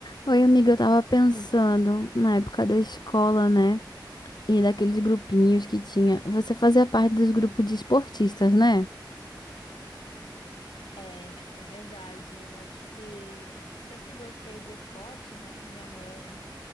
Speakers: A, on the left; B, on the left.
A: Oi, amiga, eu tava pensando na época da escola, né? E daqueles grupinhos que tinha. Você fazia parte dos grupos de esportistas, né?
B: É, é verdade. Eu acho que eu sempre gostei de esporte, né? E minha mãe,